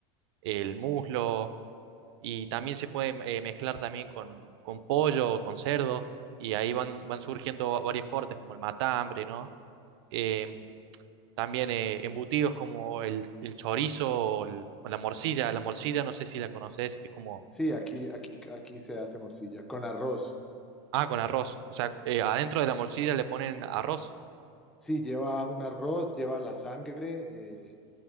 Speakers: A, on the right; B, in the centre.
A: el muslo, y también se puede eh, mezclar también con, con pollo o con cerdo, y ahí van, van surgiendo va- varios cortes como el matambre, ¿no? Eh, también eh, embutidos como el, el chorizo o, el- o la morcilla. La morcilla, no sé si la conoces, que es como,
B: Sí, aquí, aquí, aquí se hace morcilla con arroz.
A: ah, con arroz. O sea, eh, adentro de la morcilla le ponen arroz.
B: Sí, lleva un arroz, lleva la sangre, eh,